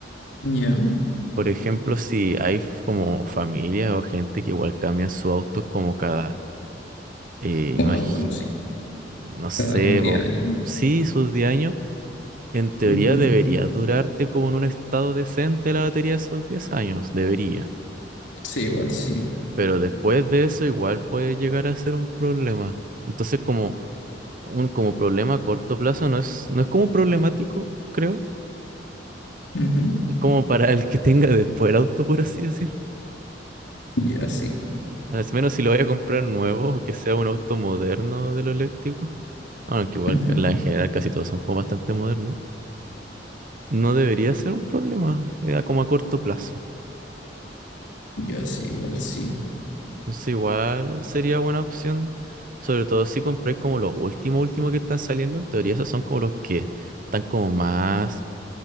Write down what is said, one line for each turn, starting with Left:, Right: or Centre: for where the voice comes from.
Left: Ya.
Right: Por ejemplo, si hay f- como familias o gente que igual cambian su auto como cada, eh,
Left: Ah,
Right: imagi-
Left: bueno, sí,
Right: no sé,
Left: cada como 10
Right: po,
Left: años.
Right: sí, sus 10 años En teoría
Left: Ujú.
Right: debería durarte como en un estado decente la batería esos 10 años, debería.
Left: Sí, igual sí.
Right: Pero después de eso igual puede llegar a ser un problema. Entonces como un como problema a corto plazo no es, no es como problemático, creo,
Left: Ujú.
Right: como para el que tenga después el auto, por así decirlo.
Left: Ya sí.
Right: Al menos si lo voy a comprar nuevo o que sea un auto moderno de lo eléctrico. Aunque igual
Left: Ujú.
Right: la- en general casi todos son como bastante modernos. No debería ser un problema, eh, como a corto plazo.
Left: Ya sí, igual sí.
Right: Entonces igual sería buena opción, sobre todo si compré como los últimos, últimos que están saliendo, en teoría esos son como los que están como más